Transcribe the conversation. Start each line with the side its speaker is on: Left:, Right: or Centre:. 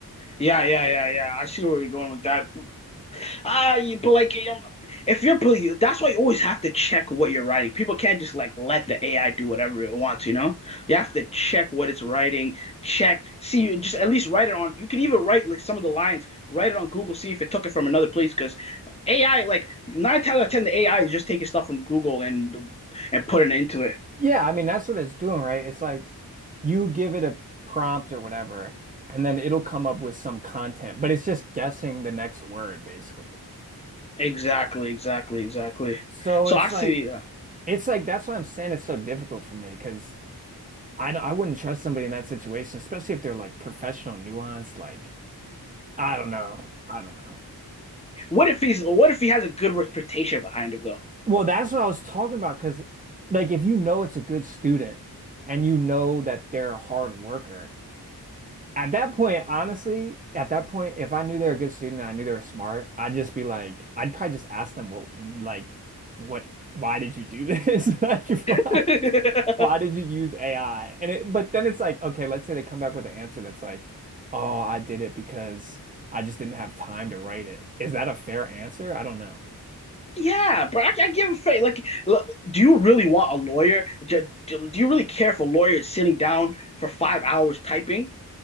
Left: yeah, yeah, yeah, yeah. I see where we're going with that. Ah, uh, you but like um, if you're that's why you always have to check what you're writing. People can't just like let the AI do whatever it wants, you know? You have to check what it's writing, check, see, you just at least write it on. You can even write like some of the lines, write it on Google, see if it took it from another place. Because AI, like nine times out of ten, the AI is just taking stuff from Google and and putting it into it.
Right: Yeah, I mean that's what it's doing, right? It's like you give it a prompt or whatever, and then it'll come up with some content, but it's just guessing the next word basically.
Left: Exactly, exactly, exactly.
Right: So
Left: So
Right: it's
Left: I see
Right: like
Left: that.
Right: it's like that's why I'm saying it's so difficult for me because I don't I wouldn't trust somebody in that situation, especially if they're like professional, nuanced, like I don't know. I don't know.
Left: What if he's what if he has a good reputation behind him though?
Right: Well, that's what I was talking about because like if you know it's a good student and you know that they're a hard worker At that point, honestly, at that point, if I knew they were a good student and I knew they were smart, I'd just be like, I'd probably just ask them, well, like, what, why did you do this? <laughs> Like, why,
Left: <laughs>
Right: why did you use AI? And it, but then it's like, okay, let's say they come back with an answer that's like, oh, I did it because I just didn't have time to write it. Is that a fair answer? I don't know.
Left: Yeah, but I, I give a fake. Like, look, do you really want a lawyer? Do, do you really care if a lawyer is sitting down for five hours typing,